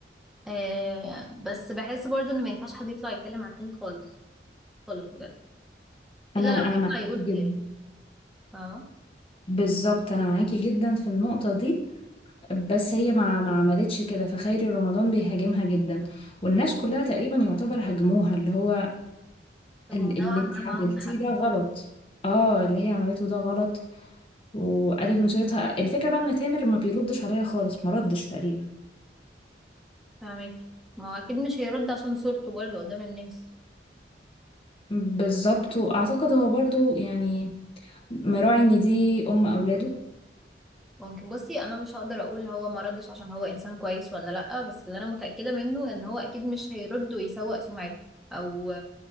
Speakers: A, in the centre; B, on the left.
A: آه بس بحس برضه ان ما ينفعش حد يطلع يتكلم على التاني خالص خالص بجد
B: أنا
A: الا لو
B: أنا
A: يطلع
B: معاكي
A: يقول
B: جدا
A: خير فاهمه
B: بالظبط أنا معاكي جدا في النقطة دي بس هي ما ما عملتش كده فخيري رمضان بيهاجمها جدا والناس كلها تقريبا يعتبر هاجموها اللي هو
A: طب
B: ال-
A: ما هو
B: اللي
A: نوعا
B: انت
A: ما معاهم
B: عملتيه
A: حق
B: ده
A: يعني
B: غلط اه اللي هي عملته ده غلط وقالت نشرتها الفكرة بقى ان تامر ما بيردش عليا خالص ما ردش تقريبا
A: فاهمك ما هو اكيد مش هيرد عشان صورته برضه قدام الناس
B: بالظبط واعتقد هو برضو يعني مراعي ان دي ام اولاده
A: ممكن بصي انا مش هقدر اقول هو ما ردش عشان هو انسان كويس ولا لا بس اللي انا متاكده منه ان هو اكيد مش هيرد ويسوق سمعته او